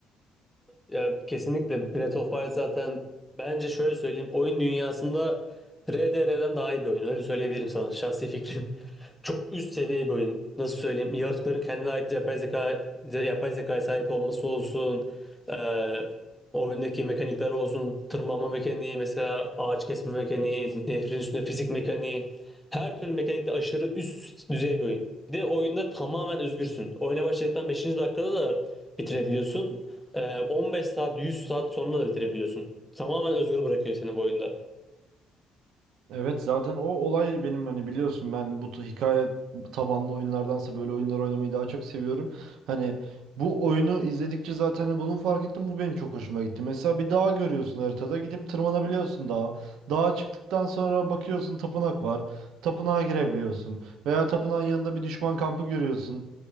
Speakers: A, in the centre; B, on the right (about 80°).
A: Ya kesinlikle Breath of Fire zaten bence şöyle söyleyeyim oyun dünyasında RDR'den daha iyi bir oyun. Öyle söyleyebilirim sana şahsi fikrim. <laughs> Çok üst seviye bir oyun. Nasıl söyleyeyim? Yaratıkların kendine ait yapay zeka, yapay zekaya sahip olması olsun. E, oyundaki mekanikler olsun. Tırmanma mekaniği mesela ağaç kesme mekaniği, nehrin üstünde fizik mekaniği. Her türlü mekanikte aşırı üst düzey bir oyun. Bir de oyunda tamamen özgürsün. Oyuna başladıktan beşinci dakikada da bitirebiliyorsun. E, 15 saat, 100 saat sonra da bitirebiliyorsun. Tamamen özgür bırakıyor seni bu oyunda.
B: Evet zaten o olay benim hani biliyorsun ben bu t- hikaye tabanlı oyunlardansa böyle oyunlar oynamayı daha çok seviyorum. Hani bu oyunu izledikçe zaten hani bunu fark ettim bu benim çok hoşuma gitti. Mesela bir dağ görüyorsun haritada gidip tırmanabiliyorsun dağa. Dağa çıktıktan sonra bakıyorsun tapınak var. Tapınağa girebiliyorsun. Veya tapınağın yanında bir düşman kampı görüyorsun.